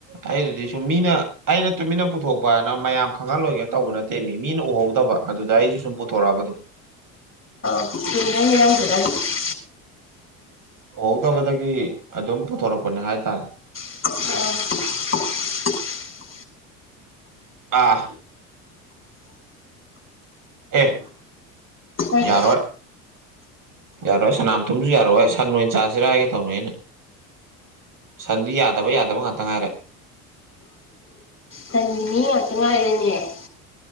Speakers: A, on the right (about 45°); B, on the left (about 30°).
A: ꯑꯩꯗꯨꯗꯤ ꯁꯨꯝ ꯃꯤꯅ ꯑꯩꯅ ꯇꯨꯃꯤꯟꯅ ꯄꯨꯊꯣꯛꯄꯅ ꯃꯌꯥꯝ ꯈꯪꯍꯜꯂꯣꯏꯒꯦꯅ ꯇꯧꯕ ꯅꯠꯇꯦ ꯇꯃꯤ ꯃꯤꯅ ꯎꯍꯧꯗꯕ ꯑꯗꯨꯗ ꯑꯩꯁꯨ ꯁꯨꯝ ꯄꯨꯊꯣꯔꯛꯑꯕ ꯑꯗꯨꯝ
B: <unintelligible>
A: ꯑꯍꯧꯗꯕꯗꯒꯤ ꯑꯗꯨꯝ ꯄꯨꯊꯣꯔꯛꯄꯅꯦ ꯍꯥꯏꯇꯥꯔꯦ
B: <unintelligible>
A: ꯑꯥ ꯑꯦ
B: ꯀꯩꯅꯣ
A: ꯌꯥꯔꯣꯏ ꯌꯥꯔꯣꯏ ꯁꯅꯥ ꯝꯊꯨꯝ ꯁꯨ ꯌꯥꯔꯣꯏ ꯁꯟ ꯅꯣꯏꯟ ꯆꯥꯁꯤꯔꯥ ꯍꯥꯏꯒꯦ ꯇꯧꯕꯅꯦ ꯑꯩꯅ ꯁꯟꯗꯤ ꯌꯥꯗꯕ ꯌꯥꯗꯕ ꯉꯥꯛꯇ ꯉꯥꯏꯔꯦ
B: ꯇꯒꯅꯤ <unintelligible> ꯄꯆꯉ ꯍꯥꯏꯅꯦꯦ <unintelligible>